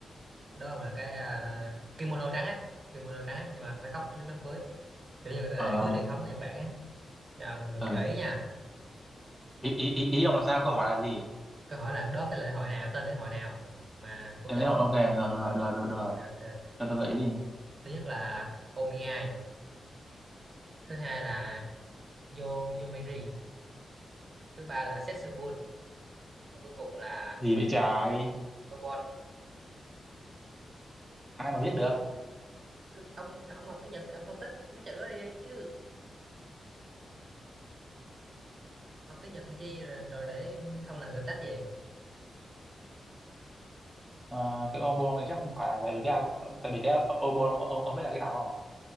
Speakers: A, on the right; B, in the centre.
A: Cái đó ông là cái à, kimono trắng ấy kimono trắng ấy nhưng mà phải khóc trước đám cưới kiểu như là
B: ừ,
A: lễ
B: ông
A: cưới truyền thống ở Nhật Bản ấy cho ông được
B: ừ
A: gợi ý nha
B: ý, ý ý ý ông là sao câu hỏi là gì
A: câu hỏi là đố cái lễ hội nào tên lễ hội nào mà cô
B: Cái
A: dâu
B: lễ hội ok rồi rồi
A: ờ,
B: rồi rồi, rồi, rồi.
A: ok ok
B: cho tôi gợi ý đi
A: thứ nhất là Omiai thứ hai là Yo Yomiri thứ ba là Setsubun và cuối cùng là
B: gì vậy trời
A: Obon
B: ai mà biết được
A: Tức- ông ông học tiếng Nhật thì ông phân tích mấy chữ đó đi, đi chứ học tiếng Nhật làm chi rồi, rồi để không làm được đách gì
B: Ờ, cái obon này chắc không phải là tại vì cái tại vì cái obon ông, ông, ông biết là cái nào không